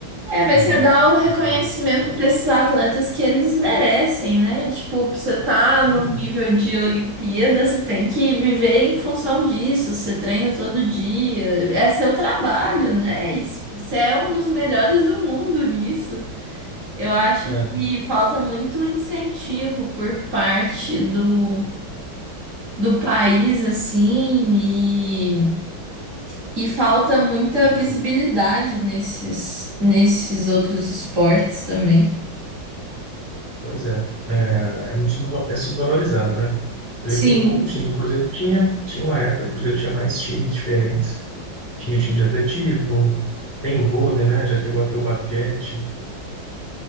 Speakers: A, on the right; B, on the left.
A: É, mas
B: também.
A: você dá o reconhecimento
B: Então,
A: para esses atletas que eles merecem, né? Tipo, você tá num
B: uhum.
A: nível de Olimpíada, você tem que viver em função disso, você treina todo dia, é seu trabalho, né? E Você é um dos melhores do mundo nisso. Eu acho
B: É,
A: que falta muito incentivo por parte do, do país, assim, e. E falta muita
B: pois
A: visibilidade
B: é.
A: nesses, nesses outros esportes também.
B: Pois é. É, é muito subva- é subvalorizado, né? Você
A: Sim.
B: vê que tem poucos times. O Cruzeiro tinha, tinha uma época, que o Cruzeiro tinha mais times diferentes. Tinha time de atletismo, tem o vôlei, né? Já chegou a ter o basquete.